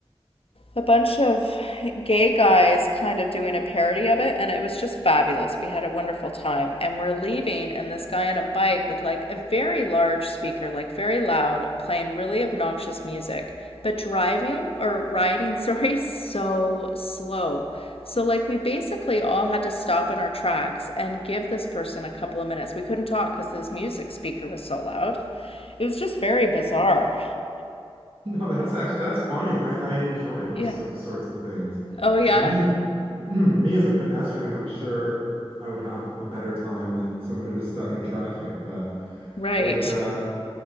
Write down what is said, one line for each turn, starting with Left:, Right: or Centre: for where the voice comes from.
Left: a bunch of gay guys kind of doing a parody of it, and it was just fabulous. We had a wonderful time, and we're leaving, and this guy on a bike with like a very large speaker, like very loud, playing really obnoxious music, but driving or riding, <laughs> sorry, so slow. So, like, we basically all had to stop in our tracks and give this person a couple of minutes. We couldn't talk because this music speaker was so loud. It was just very bizarre.
Right: No, that's actually that's funny. I I enjoy those
Left: Yeah.
Right: so sorts of things.
Left: Oh, yeah.
Right: Like me <clears throat> me as a pedestrian, I'm sure I would have a better time than someone who was stuck in traffic, but
Left: Right.
Right: like uh